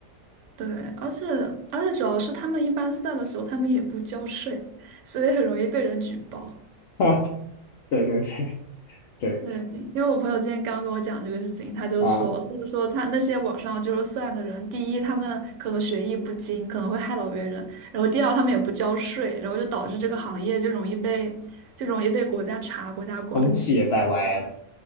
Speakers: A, on the right; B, on the left.
A: 对，而且而且主要是他们一般算的时候，他们也不交税，所以很容易被人举报。
B: <laughs> 啊，对对对对
A: 对，因因为我朋友今天刚跟我讲这个事情，他就说，
B: 啊，
A: 他就说他那些网上就是算的人，第一，他们可能学艺不精，可能会害到别人；然后第二，他们也不交税，然后就导致这个行业就容易被就容易被国家查、国家管。
B: 风气也带歪了。